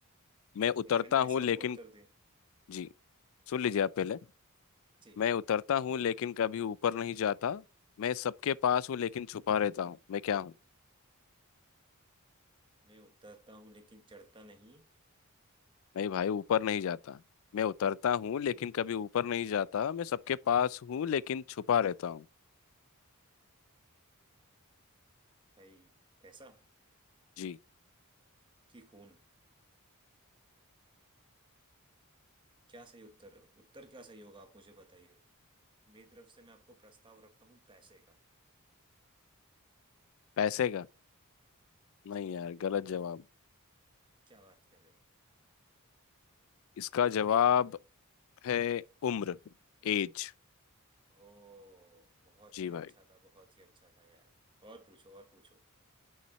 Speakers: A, on the left; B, on the right.
A: मैं
B: ठीक
A: उतरता
B: है मैंने वैसे
A: हूँ लेकिन
B: आपको उत्तर दिया
A: जी सुन लीजिए आप पहले
B: ठीक
A: मैं
B: ठीक
A: उतरता हूँ लेकिन कभी ऊपर नहीं जाता मैं सबके पास हूँ लेकिन छुपा रहता हूँ मैं क्या हूँ
B: मैं उतरता हूँ लेकिन चढ़ता नहीं
A: नहीं भाई ऊपर नहीं जाता मैं उतरता हूँ लेकिन कभी ऊपर नहीं जाता मैं सबके पास हूँ लेकिन छुपा रहता हूँ
B: भाई पैसा
A: जी
B: कि खून क्या सही उत्तर उत्तर क्या सही होगा आप मुझे बताइए मेरी तरफ से मैं आपको प्रस्ताव रखता हूँ पैसे का
A: पैसे का नहीं
B: जी
A: यार गलत जवाब
B: क्या बात कर रहे हैं
A: इसका जवाब है उम्र एज
B: ओ बहुत
A: जी
B: ही
A: भाई
B: अच्छा था बहुत ही अच्छा था यार और पूछो और पूछो